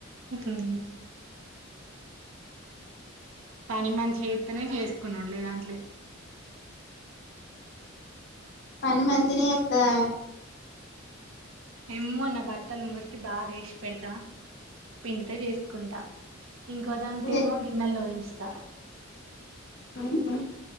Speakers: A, on the right (about 75°); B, on the left (about 55°).
A: ఉహుం పని మంచి ఎతునే చేసుకున్నడు లే దాంట్లేదు
B: పని మంచిగనే ఎత్తది ఆమె
A: ఏమోన్న బట్టాలు మురికి బాగా చేసి పెడతా పిండితో చేసుకుంటా ఇంకో దాంతొ
B: ఆమె
A: ఏమో గిన్నెలుదోయించి టఫ్
B: ఉ ఉ